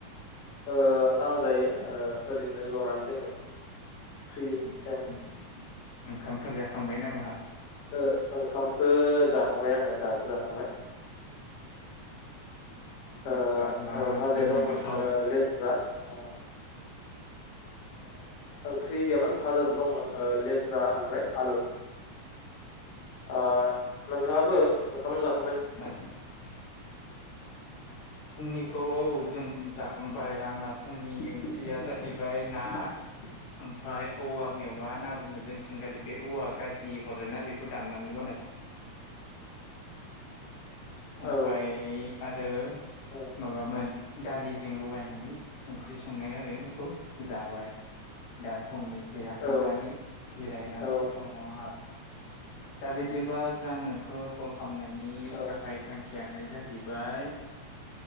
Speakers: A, on the left; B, on the left.
A: ओ आं दायो ओरैनो जनानै दोङो। फ्रि
B: <unintelligible>
A: टाइम
B: ओंखामफोर जाखांबाय नाम
A: ओ ओंखामखौ जाखांबाय आङो दासो जाखांबाय। ओ
B: आदसा मा
A: ओ
B: ओंख्रि
A: फाजाया दंमोन
B: मोनगोथाव
A: ओ लेस्रा ओ ओंख्रि गैयामोन भाजासो दंमोन ओ लेस्रा ओमफ्राय आलु। ओ नोंथाङाबो ओंखाम जा
B: <unintelligible> फुंनिखौ औ जों जाखांबाय आंना फुंनि ओंख्रिया जाहैबाय ना। ओमफाय औवा मेवा होनना बुङो जों थिंगालि बे औवा गाजि हरो ना बेखौ दाननानै <unintelligible>
A: औ
B: ओमफाय आरो
A: औ
B: माबामोन दालिजों लगायनानै ओंख्रि संनाय आरो इखौ जाबाय। दा फुंनि जाखांनानै
A: औ
B: जिरायनानै
A: औ
B: दङ आरो। दा बिदिबा जोंं नोंखौ कल खालामनायनि
A: औ
B: गाहाय थांखियानो जाहैबाय